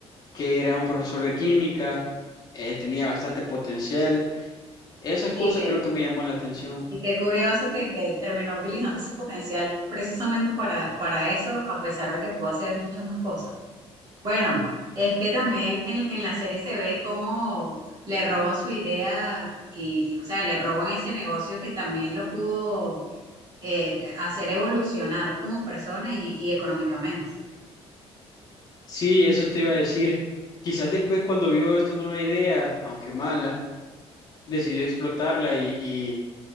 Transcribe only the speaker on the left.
que era un profesor de química, eh, tenía bastante potencial. Esa cosa
creo que me llamó la atención.
Sí, eso te iba a decir. Quizás después cuando vio esta nueva idea, aunque mala, decidió explotarla y, y,